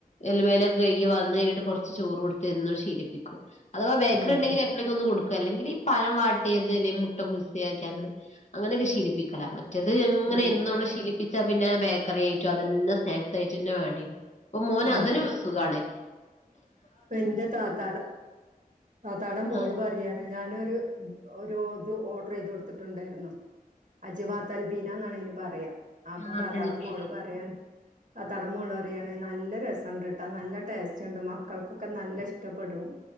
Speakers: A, on the left; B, on the right.
A: എലമേലൊക്കെ കൈ വന്നു കഴിഞ്ഞിട്ട് കുറച്ച് ചോറ് കൊടുത്ത്ന്ന് ശീലിപ്പിക്കും അഥവാ ബേക്കറിണ്ടങ്കിൽ
B: ഉം ഉം ഉം
A: എപ്പൊളങ്കിലും ഒന്ന് കൊടും അല്ലെങ്കിൽ ഈ പഴം വാട്ടിയത് അല്ലെങ്കിൽ മുട്ട ബുൾസയൊക്കെ അങ്ങനെ അങ്ങനെയൊക്കെ ശീലിപ്പിക്കലാന്ന് മറ്റേത് എങ്ങനെ
B: ഉം
A: എന്നും ശീലിപ്പിച്ചാ പിന്നെ ബേക്കറി ആയിറ്റു അതന്നെ സ്നാക്സ് ആയിട്ട് തന്നെ <unintelligible> അപ്പൊ
B: ഉം
A: മോന് അതൊരു
B: ഉം
A: സുഖണേ
B: ഇപ്പ എന്റെ താത്താട താത്താട മോള്
A: ആഹ്
B: അരിയാണ് ഞാനൊരു ഒരു ഇത് ഓർഡർ ചെയ്ത് കൊടുത്തിട്ടുണ്ടായിരുന്നു അജ്വാത്ത് അൽബീന എന്നാണ് ഇന് പറയാ അപ്പൊ
A: ആഹ്
B: താതാടം
A: തൽബീര്
B: മോള് പറയാ ആതാത്താടമുള്ളറിയാണ് നല്ല രസണ്ട് ട നല്ല ടേസ്റ്റ് ഉണ്ട് മ മക്കൾക്കൊക്കെ നല്ല ഇഷ്ടപ്പെടും